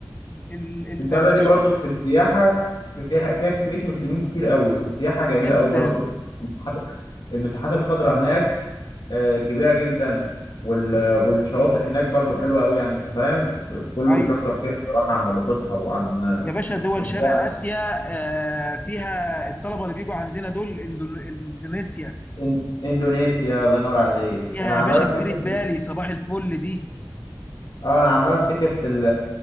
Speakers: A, on the left; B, on the left.
A: ال... ال...
B: الدولة دي
A: مش
B: برضو في السياحة فيها فيها كمية مسلمين كتير قوي وفي السياحة جميلة
A: جدا
B: قوي برضو المساحات المساحات الخضراء هناك آه، كبيرة جدا وال- والشواطئ هناك برضو حلوة قوي يعني أنت فاهم كله
A: ايوه
B: بيشكر فيها بصراحة عن نظافتها وعن
A: يا باشا دول
B: إن
A: شرق
B: هي
A: آسيا آه، فيها الطلبة اللي بيجوا عندنا دول إندون- إندونيسيا
B: إن- إندونيسيا الله ينور عليك
A: فيها
B: أنا
A: يا
B: عمال
A: باشا
B: أفتكر
A: جزيرة بالي صباح الفل دي
B: اه انا عمال افتكر في ال